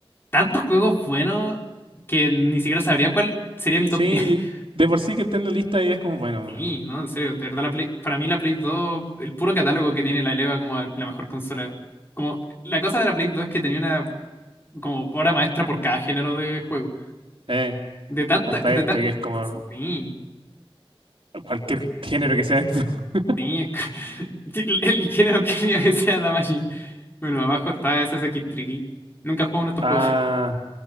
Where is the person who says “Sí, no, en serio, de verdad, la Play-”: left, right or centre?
Left